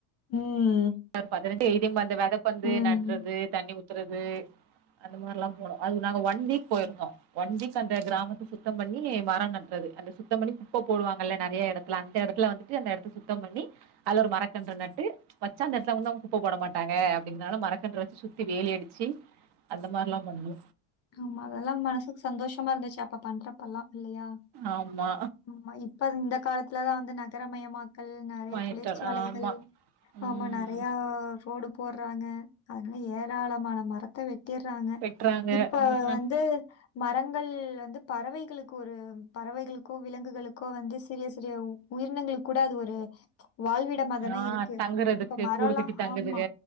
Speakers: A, on the left; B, on the right.
A: உம்
B: ஒரு பதினெட்டு எழுதியு வந்து விதப்பந்து
A: ம்
B: நடுறது தண்ணி ஊத்துறது அந்த மாதிரி எல்லா போனோ அது நாங்க ஒன் வீக் போயிருந்தோ ஒன் வீக் அந்த கிராமத்து சுத்த பண்ணி மரம் நற்றது அந்த சுத்தம் பண்ணி குப்ப போடுவாங்கல நிறைய இடத்துல அந்த இடத்துல வந்துட்டு அந்த இடத்த சுத்தம் பண்ணி அதுல ஒரு மரக்கன்று நட்டு வச்சா அந்த இடத்துல வந்து அவங்க கூப்ப போட மாட்டாங்க அப்படிங்கரதால மரக்கன்று வச்சு சுத்தி வேலி அடிச்சு அந்த மாதிரிலா பண்ணு
A: ஆமா அதெல்லா மனசுக்கு சந்தோஷமா இருந்துச்சு அப்ப பண்றப்ப எல்லா இல்லையா
B: ஆமா
A: ஆமா இப்ப இந்த காலத்துலதா வந்து நகரமயம் மா கள் நிறைய
B: மயட்டர்
A: தொழிற்சாலைகள்
B: ஆமா ம்
A: ஆமா நிறைய ரோடு போறாங்க அதனால ஏராளமான மரத்த வெச் ர்ராங்க
B: வெட்றாங்க
A: இப்ப
B: ம் ம்
A: வந்து மரங்கள் வந்து பறவைகளுக்கு ஒரு பறவைகளுக் கோ விலங்குகளுக்கோ வந்து சிறிய சிறிய உயிரினங்களுக் கூட அது ஒரு வாழ்விடம்மாதானா
B: ஆ
A: இருக்கு
B: தங்குறதுக்கு
A: இப்ப மரம்லா
B: கூடு கட்டி தங்குதுக
A: ஆமா